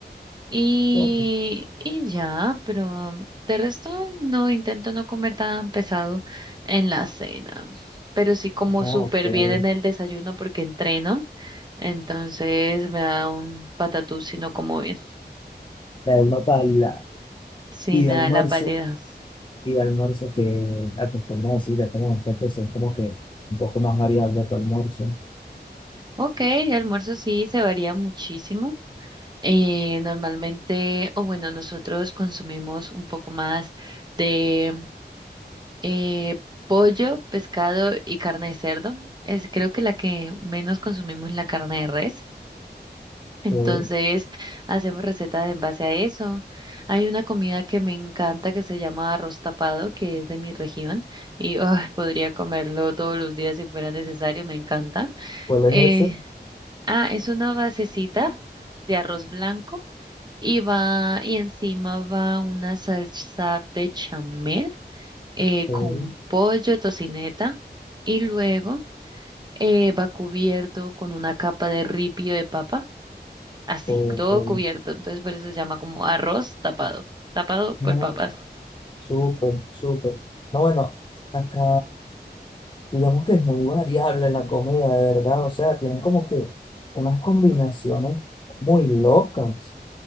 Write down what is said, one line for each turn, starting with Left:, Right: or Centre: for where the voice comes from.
Right: y,
Left: Oh,
Right: y ya, pero de resto no intento no comer tan pesado en la cena, pero sí como
Left: Ah,
Right: súper
Left: ok.
Right: bien en el desayuno porque entreno, entonces me da un patatús si no como bien,
Left: de una paila.
Right: sí,
Left: Y
Right: me
Left: de almuerzo,
Right: da la pálida.
Left: y de almuerzo que acostumbras a decir, ya tenemos que hacer como que un poco más variable tu almuerzo.
Right: Ok, el almuerzo sí se varía muchísimo. Eh, normalmente, o bueno, nosotros consumimos un poco más de eh, pollo, pescado y carne de cerdo. Es creo que la que menos consumimos es la carne de res. Entonces,
Left: Oh,
Right: hacemos recetas en base a eso. Hay una comida que me encanta que se llama arroz tapado, que es de mi región y ay, <laughs> podría comerlo todos los días si fuera necesario, me encanta.
Left: ¿Cuál es
Right: Eh,
Left: ese?
Right: ah, es una basecita de arroz blanco y va, y encima va una salsa bechamel eh,
Left: Oh,
Right: con pollo, tocineta, y luego eh, va cubierto con una capa de ripio de papa, así,
Left: oh,
Right: todo
Left: oh.
Right: cubierto. Entonces por eso se llama como arroz tapado, tapado por
Left: <laughs>
Right: papas.
Left: Súper, súper. No, bueno, acá digamos que es muy variable la comida, de verdad. O sea, tienen como que unas combinaciones muy locas.